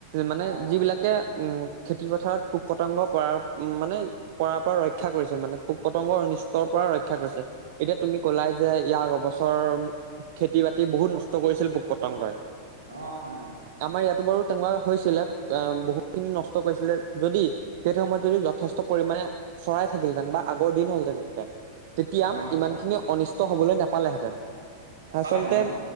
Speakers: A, on the right (about 50°); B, on the right (about 75°).
A: মানে
B: হয়
A: যিবিলাক উম খেতি পথাৰত পোক পতংগ পৰাৰ উ মানে কৰাৰ পৰা ৰক্ষা কৰিছিল মানে, পোক পতংগ অনিষ্টৰ পৰা ৰক্ষা ৰক্ষা কৰিছে, এতিয়া তুমি কলাই যে ইয়াৰ অবছৰ খেতি বাতি বহুত নষ্ট কৰিছিল পোক পতংগই
B: অ হয় হয়
A: আমাৰ ইয়াটো বাৰু তেনেকুৱা হৈছিলে অ, বহুত খিনি নষ্ট কৰিছিলে যদি, সেই সময়ত যদি যথেষ্ট পৰিমাণে চৰাই থাকিলহেতেন বা আগৰ দিন হলহেঁতেন তেতিয়া,
B: হয় হয়
A: ইমানখিনি অনিষ্ট হবলৈ নাপালেহেঁতেন,
B: নাপালেহেঁতেন
A: আচলতে
B: অ